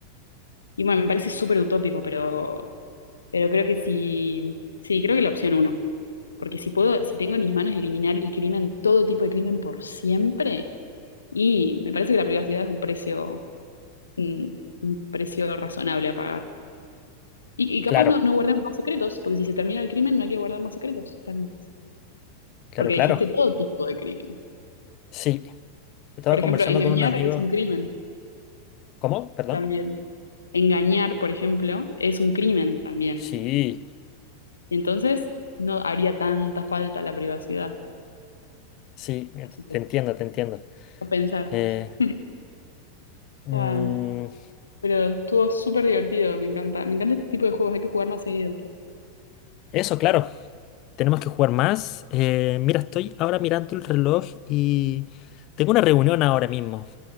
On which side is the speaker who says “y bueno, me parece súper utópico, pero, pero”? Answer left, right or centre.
Left